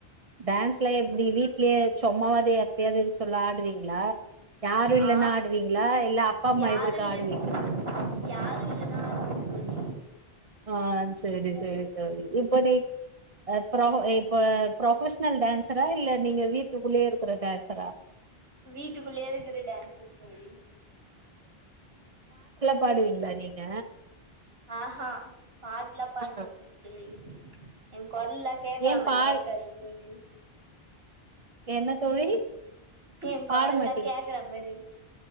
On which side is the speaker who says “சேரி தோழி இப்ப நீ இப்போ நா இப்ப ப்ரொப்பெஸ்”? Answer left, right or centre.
Right